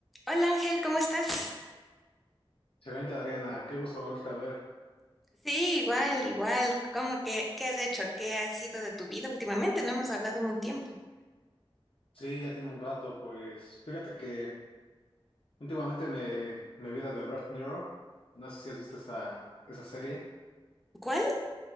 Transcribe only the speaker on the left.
Excelente, Adriana. Qué gusto volverte a ver.
Sí, ya tiene un rato, pues. Fíjate que últimamente me, me vi la de Brad Mirror. No sé si has visto esta, esa serie,